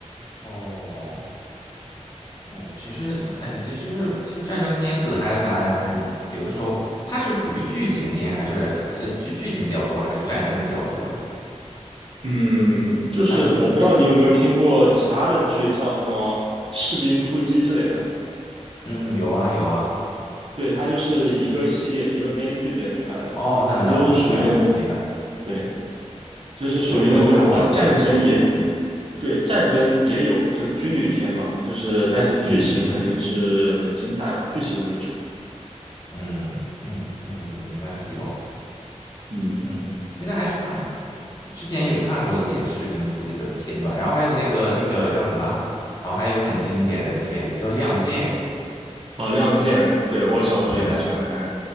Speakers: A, on the left; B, on the right.
A: 哦，嗯，其实，哎呀，其实是，其实战争片子还蛮，有的时候它是属于剧情片，还是呃剧剧情比较多，还是战争比较多呀？
B: 嗯，就是我不知道你有没有听过其他的剧，
A: 它是，
B: 像什么《士兵突击》之类的，
A: 嗯，有啊有啊。
B: 对，它就是一个系列一个编剧编出来的，
A: 哦，那那我明白了，
B: 它就是属于那种。
A: 明白了。
B: 对。就是属于那种呃战争也
A: 有，我有看过一些视频图，嗯
B: 对，战争也有，就是军旅片嘛，就是但是剧情肯定是很精彩的，
A: 嗯嗯
B: 剧情为主。
A: 嗯嗯嗯，有明白有。
B: 嗯，
A: 嗯，那个还是啊，之前有看过一点《士兵突击》的片段，然后还有那个那个叫什么，然后还有个很经典的那个片子叫《亮剑》，
B: 啊，《亮剑》，对，我小时候也很喜欢看。
A: 是不是？